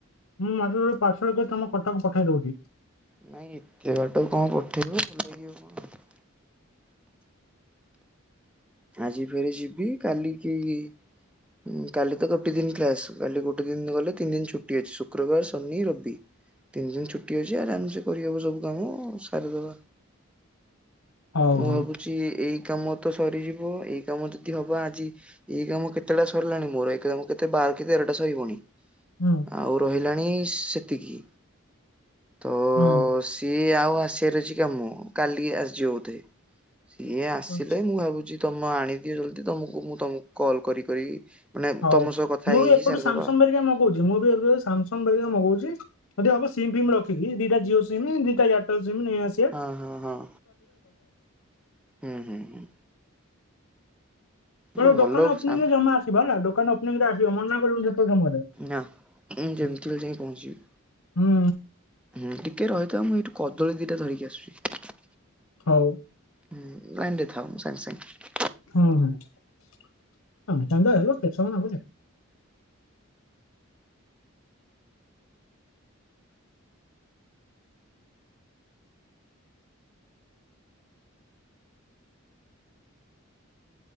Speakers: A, on the left (about 80°); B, in the centre.
A: ହୁଁ, ଆଜି ଗୋଟେ ପାର୍ସଲ କରି ତମକୁ କଟକ ପଠେଇ ଦଉଚି।
B: ନାଇଁ ଏତେ ବାଟ କଣ ପଠେଇବ ଭଲ ଲାଗିବ କଣ। ଆଜି ଫେରେ ଯିବି କାଲିକି- ହୁଁ, କାଲି ତ ଗୋଟେ ଦିନ କ୍ଲାସ କାଲି ଗୋଟେ ଦିନ ଗଲେ, ତିନି ଦିନ ଛୁଟି ଅଛି ଶୁକ୍ରବାର, ଶନି, ରବି।
A: <inaudible>
B: ତିନି ଦିନ ଛୁଟି ଅଛି ଆରାମସେ କରିହେବ ସବୁ କାମ ସାରିଦବା।
A: ହଉ
B: ମୁଁ
A: ହଉ
B: ଭାବୁଚି ଏଇ କାମ ତ ସରିଯିବ, ଏଇ କାମ ଯଦି ହବ ଆଜି। ଏଇ କାମ କେତେଟା ସରିଲାଣି ମୋର, ଏଇ କାମ କେତେ ବାର କି ତେରଟା ସରିବଣି।
A: ହୁଁ।
B: ଆଉ ରହିଲାଣି ସେତିକି ତ।
A: ହୁଁ
B: ସିଏ ଆଉ ଆସିବାର ଅଛି କାମ, କାଲି ଆସିଯିବ ବୋଧେ। ସିଏ ଆସିଲେ,
A: ହୁଁ।
B: ମୁଁ ଭାବୁଛି ତମେ ଆଣିଦିଅ ଜଲଦି ତମକୁ ମୁଁ ତମକୁ କଲ କରିି କରି। ମାନେ
A: ହଉ,
B: ତମ ସହ କଥା
A: ମୁଁ
B: ହେଇ
A: ବି
B: ହେଇ
A: ଏପଟୁ
B: ସାରିଦବା।
A: ସାମସଙ୍ଗ ବେରିକା ମଗଉଚି ମୁଁ ବି ଏବେ ସାମସଙ୍ଗ ବେରିକା ମଗଉଚି। ଯଦି ହବ ସିମ୍ ଫିମ୍ ରଖିକି, ଦିଟା ଜିଓ ସିମ୍ ଦିଟା ଏୟାରଟେଲ ସିମ୍ ନେଇଆସି।
B: ହଁ ହଁ ହଁ ହୁଁ ହୁଁ ହୁଁ।
A: ମୋ
B: ଗୋଟେ
A: ଦୋକାନ
B: ଭଲ
A: ଓପନିଂ
B: ସାମ
A: ରେ ଜମା ଆସିବ ହେଲା ଦୋକାନ ଓପନିଂରେ ଆସିବ ମନା କରିବୁନି ସେତେବେଳେ ସମୟରେ।
B: ନାଁ, ମୁଁ ଯେମିତି ହେଲେ ଯାଇ ପହଞ୍ଚିବି,
A: ହୁଁ
B: ହୁଁ ଟିକେ ରହିଥା, ମୁଁ ଏଇଠୁ କଦଳୀ ଦିଟା ଧରିକି ଆସୁଚି।
A: ହଉ।
B: ହୁଁ, ଲାଇନରେ ଥାଓ ମୁଁ ସାଙ୍ଗେ ସାଙ୍ଗେ।
A: ହୁଁ, ସାଙ୍ଗେ ସାଙ୍ଗେ ଆଇବ କେତେ ସମୟ ନାଗୁଛି।